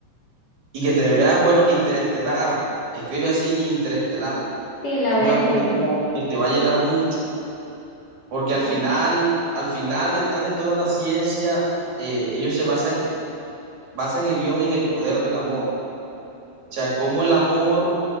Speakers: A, on the right; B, on the left.
A: y que te veas, bueno, Interestelar, escribe así, Interestelar,
B: Sí, la
A: es
B: voy
A: una
B: a escribir.
A: película que te va a llenar mucho. porque
B: Ah,
A: al final, al final, detrás de toda la ciencia, eh, ellos se basan, basan el guión en el poder del amor. O sea, cómo el amor